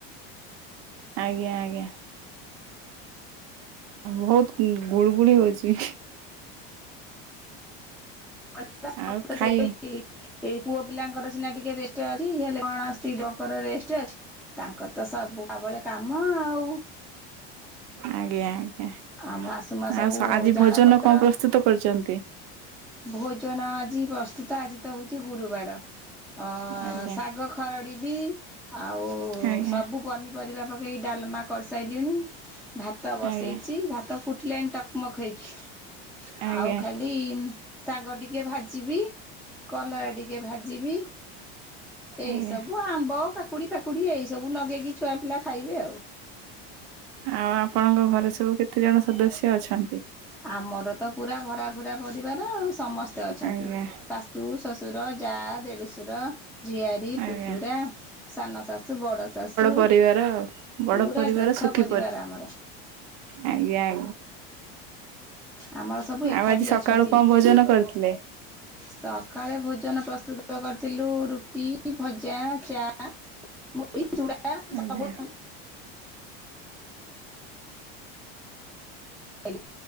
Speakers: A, on the right; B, in the centre.
A: ଆଜ୍ଞା-ଆଜ୍ଞା। ବହୁତୁ ଗୁଳି ଗୁଳି ହଉଚି।
B: <unintelligible>
A: ଆଉ ଖାଇ
B: ଏଇ ପୁଅ ପିଲାଙ୍କର ସିନା ଟିକେ ରେ ହେଲେ କଣ ସ୍ତ୍ରୀ ଲୋକଙ୍କର ରେଷ୍ଟେ ଅଛି ତାଙ୍କର ତ ସବୁବେଳେ କାମ ହଁ ଆଉ
A: ଆଜ୍ଞା।
B: ଆମ ଶାଶୁ ମା
A: ଆ
B: ସବୁ
A: ଆଉ ଆଜି
B: ଜାଳ
A: ଭୋଜନ
B: ପତ୍ର
A: କଣ ପ୍ରସ୍ତୁତ କରିଛନ୍ତି?
B: ଭୋଜନ ଆ ଜି ପ୍ରସ୍ତୁତ ଆଜି ତ ହଉଛି ଗୁରୁବାର ଅ
A: ଆଜ୍ଞା
B: ଶାଗ ଖରଡ଼ି ବି ଆଉ ଉ
A: ଆଜ୍ଞା
B: ସବୁ ପନିପରିବା ପକେଇ ଡାଲମା କରିସାଇଲିିଣି। ଭାତ ବସେଇ
A: ଆଜ୍ଞା
B: ଚି ଭାତ ଫୁଟିଲାଣି ଟକମକ ହେଇକି।
A: ଆଜ୍ଞା
B: ଆଉ
A: ଆଜ୍ଞା
B: ଖାଲି ଉମ ଶାଗ ଟିକେ ଭାଜିବି କଲରା ଟିକେ ଭାଜିବି। ଏଇ
A: ଆଜ୍ଞା
B: ସବୁ ଆମ୍ବ କାକୁଡି ଫାକୁଡି ଏଇ ସବୁ ଲଗେଇକି ଛୁଆ ପିଲା ଖାଇବେ ଆଉ।
A: ଆଉ ଆପଣଙ୍କ ଘରେ ସବୁ କେତେ ଜଣ ସଦସ୍ୟ ଅଛନ୍ତି?
B: ଆମର ତ ପୁରା ଭରାଭରା ପରିବାର ଆଉ ସମସ୍ତେ ଅଛନ୍ତି
A: ଆଜ୍ଞା
B: ଶାଶୁ ଶଶୁର ଯା, ଦେଡୁସୁର, ଝିଆରୀ, ପୁତୁରା
A: ଆଜ୍ଞା
B: ସାନ ଶାଶୁ ବଡ ଶାଶୁ
A: ପରିବାର ଆଉ ବଡ
B: ପୁରା
A: ପରିବାର
B: ଯୋଥା
A: ସୁଖୀ
B: ପରିବାର ଆମର।
A: ଆଜ୍ଞା ଆ
B: ଆମର ସବୁ ଏକାଠି
A: ଆଉ ଆଜି ସକାଳୁ
B: ଅଛନ୍ତି
A: କଣ ଭୋଜନ କରିଥିଲେ?
B: ସକାଳେ ଭୋଜନ ପ୍ରସ୍ତୁତ କରିଥିଲୁ ରୁଟି ଭଜା ଚା ଚା ମୁଢି ଚୁଡା
A: ଆଜ୍ଞା
B: ସବୁ <inaudible> <unintelligible>